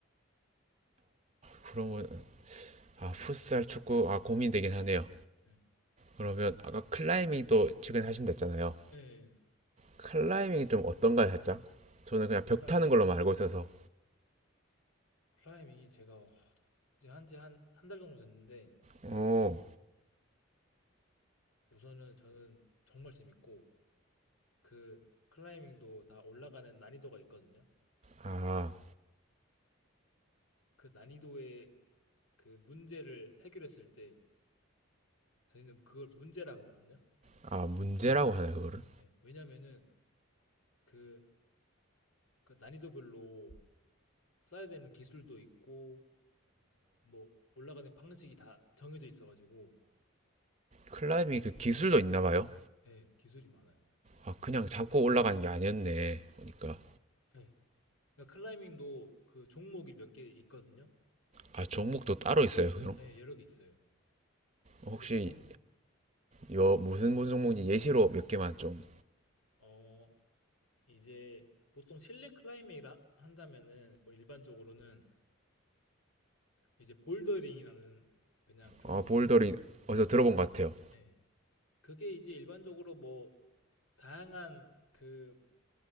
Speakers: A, on the right; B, on the left.
A: 그러면 아, 풋살, 축구, 아, 고민되긴 하네요.
B: 예,
A: 그러면 아까 클라이밍도 최근에 하신다 했잖아요.
B: 예
A: 클라이밍이 좀 어떤가요, 살짝? 저는 그냥 벽
B: 클라이밍
A: 타는 걸로만 알고 있어서.
B: 클라이밍이 제가 한지 한 한 달 정도 됐는데
A: 어,
B: 우선은 저는 정말 재밌고 그 클라이밍도 다 올라가는 난이도가 있거든요.
A: 아,
B: 그 난이도의 그 문제를 해결했을 때 저희는 그걸 문제라고 하거든요.
A: 아, 문제라고 하나요, 그거를?
B: 예, 왜냐면은 그, 그 난이도별로 써야 되는 기술도 있고 뭐 올라가는 방식이 다 정해져 있어가지고
A: 클라이밍이 그 기술도 있나 봐요?
B: 예, 기술이 많아요.
A: 아, 그냥 잡고 올라가는 게 아니었네. 보니까.
B: 예. 그러니까 클라이밍도 그 종목이 몇 개 있거든요.
A: 아, 종목도 따로 있어요, 그럼?
B: 예, 여러 개 있어요.
A: 혹시
B: 근데 보통
A: 요 무슨 무슨 종목인지 예시로 몇 개만 좀.
B: 어 이제 보통 실내 클라이밍을 하- 한다면은 우리 일반적으로는 이제 볼더링이라는 그냥 종목이
A: 아, 볼더링
B: 있고
A: 어디서 들어본
B: 예,
A: 것 같아요.
B: 예. 그게 이제 일반적으로 뭐 다양한 그